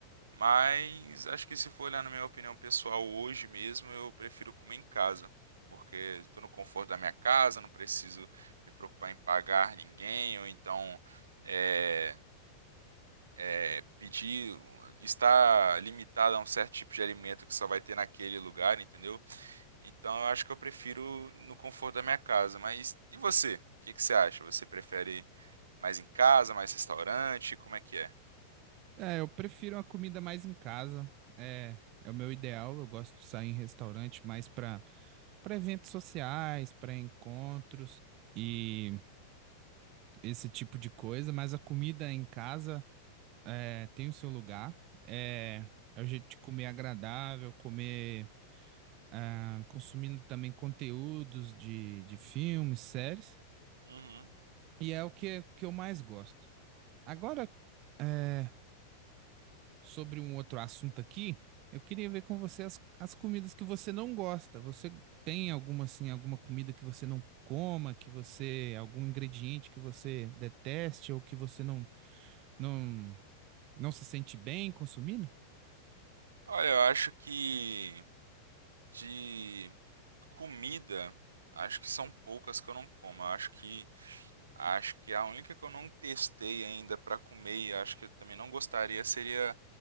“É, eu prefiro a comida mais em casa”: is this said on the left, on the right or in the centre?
Right